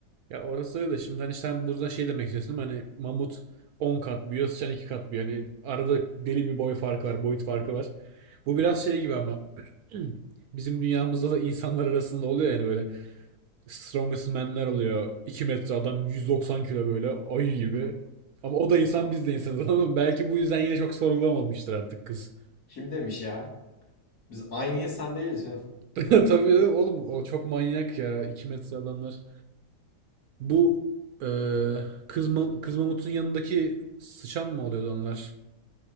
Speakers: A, on the right (about 70°); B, on the left (about 55°).
A: Ya orası öyle de şimdi hani sen burada şey demek istiyorsun ama hani mamut 10 kat büyüyor, sıçan 2 kat büyüyor. Hani arada deli bir boy farkı var, boyut farkı var. Bu biraz şey gibi ama <clears throat> bizim dünyamızda da insanlar arasında oluyor yani böyle strongest man'ler oluyor. 2 metre adam 190 kilo böyle ayı gibi. Ama o da insan biz de insanız <laughs> ama belki bu yüzden yine çok sorgulamamıştır artık kız.
B: Kim demiş ya? Biz aynı insan değiliz ya.
A: <laughs> Tabii oğlum o çok manyak ya 2 metre adamlar. Bu eee kız, Ma- kız mamutun yanındaki sıçan mı oluyordu onlar?